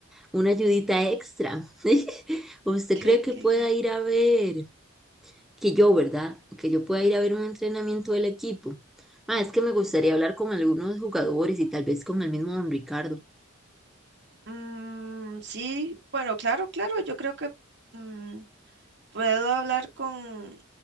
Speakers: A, in the centre; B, on the right (about 55°).
A: una ayudita extra. <laughs> ¿Usted
B: ¿Cree
A: cree que
B: que,
A: pueda
B: que-
A: ir a ver, que yo, ¿verdad? Que yo pueda ir a ver un entrenamiento del equipo. Mae, es que me gustaría hablar con algunos jugadores y tal vez con el mismo don Ricardo.
B: Mm, sí, bueno, claro, claro, yo creo que mm, puedo hablar con,